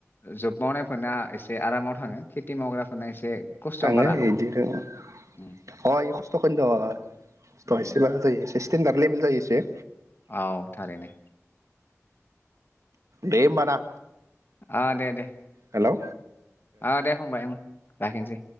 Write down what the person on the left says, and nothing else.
जब मावनायफोरना एसे आरामाव थाङो खेथि मावग्राफोरना एसे। खस्थ'
बारा
उम,
उम।
औ थारैनो।
अ दे-दे।
आ दे फंबाय ओं। लाखिसै।